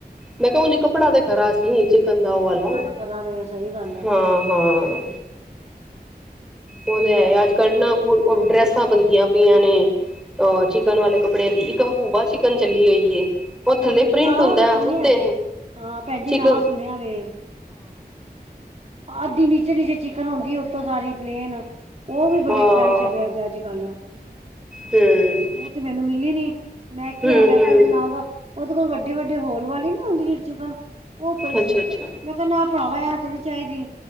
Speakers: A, in the centre; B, on the right (about 40°).
A: ਮੈਂ ਕਿਹਾ ਓਝ ਕੱਪੜਾ ਤੇ ਖਰਾ ਸੀ, ਚਿਕਨ ਦਾ ਓਹ ਵਾਲਾ
B: ਕੱਪੜਾ ਤੇ ਖਰਾ ਵੇ ਸਹੀ ਗੱਲ ਹੈ
A: ਹਾਂ, ਹਾਂ। ਓਹ ਤਾਂ ਹੈ ਅੱਜ ਕੱਲ੍ਹ ਨਾ ਡਰੈਸਾਂ ਬਣਦੀਆਂ ਪਈਆਂ ਨੇ, ਅਹ
B: ਹਾਂ
A: ਚਿਕਨ ਵਾਲੇ ਕੱਪੜੇ ਕੱਪੜੇ ਦੀ, ਇੱਕ ਹਕੂਬਾ ਚਿਕਨ ਚੱਲੀ ਹੋਈ ਏ। ਉਹ ਥੱਲੇ
B: ਅੱਛਾ
A: ਪ੍ਰਿੰਟ
B: ਨਾ
A: ਹੁੰਦਾ
B: ਮੈਂ ਸੁਣਿਆ
A: ਉੱਤੇ
B: ਹਾਂ ਭੈਣ ਜੀ
A: ਚੀਕ
B: ਨਾ
A: ਹਾਂ।
B: ਸੁਣਿਆ ਵੇ ਅੱਧੀ ਨੀਚੇ- ਨੀਚੇ ਚਿਕਨ ਆਉਂਦੀ ਉਤੋਂ ਸਾਰੀ ਪਲੇਨ ਓਹ ਵੀ ਬੜੀ
A: ਹਾਂ
B: ਟਰੈਂਡ ਚੱਲਿਆ ਜੇ ਅੱਜ ਕੱਲ੍ਹ
A: ਹਮ
B: ਉਹ ਤੇ ਮੈਨੂੰ ਮਿਲੀ ਨੀ ਮੈਂ ਕਿਹਾ
A: ਹਮ
B: ਮੈਂ
A: ਹਮ
B: ਕਿਹਾ ਇਹਦੇ ਨਾਲ ਉਹਦੇ ਕੋਲ ਵੱਡੇ- ਵੱਡੇ ਹੋਲ ਵਾਲੀ ਨੀ ਆਉਂਦੀ ਜਿਹੜੀ ਚਿਕਨ ਓਹ ਪਈ ਸੀ,
A: ਅੱਛਾ ਅੱਛਾ
B: ਮੈਂ ਕਹਿੰਦਾ ਇਹ ਭਰਾਵਾ ਇਹ ਤੇ ਚਾਹੀਦੀ